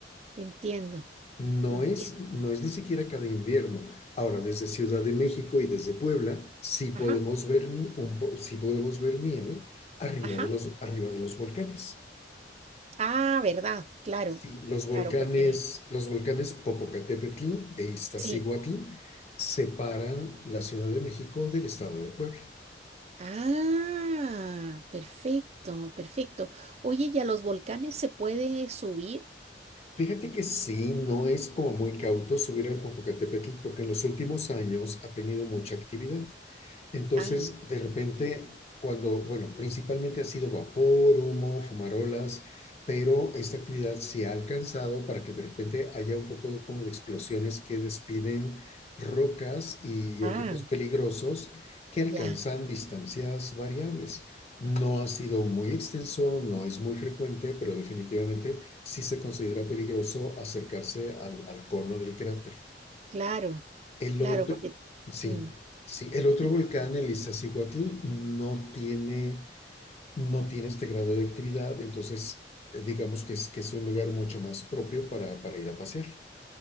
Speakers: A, on the right; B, on the left.
A: entiendo,
B: No
A: entiendo.
B: es, no es ni siquiera cada invierno. Ahora, desde Ciudad de México y desde Puebla, sí podemos
A: Ajá,
B: ver, ni- un sí podemos ver nieve arriba
A: ajá.
B: de los, arriba de los volcanes.
A: Ah, verdad, claro,
B: Sí, los volcanes,
A: claro, porque
B: los volcanes Popocatépetl e Iztaccíhuatl
A: sí.
B: separan la Ciudad de México del estado de Puebla.
A: Ah, perfecto, perfecto. Oye, ¿y a los volcanes se puede subir?
B: Fíjate que sí, no es como muy cauto subir al Popocatépetl porque en los últimos años ha tenido mucha actividad. Entonces,
A: Ah,
B: de repente, cuando, bueno, principalmente ha sido vapor, humo, fumarolas, pero esta actividad se ha alcanzado para que de repente haya un poco como de explosiones que despiden rocas y
A: Ah,
B: objetos peligrosos que alcanzan
A: ya,
B: distancias variables. No ha sido muy extenso, no es muy frecuente, pero definitivamente sí se considera peligroso acercarse al, al cono del cráter.
A: claro,
B: El
A: claro,
B: otro,
A: porque...
B: sí,
A: mm,
B: sí, el otro
A: te-
B: volcán, el Iztaccíhuatl, no tiene, no tiene este grado de actividad, entonces eh, digamos que es, que es un lugar mucho más propio para, para ir a pasear.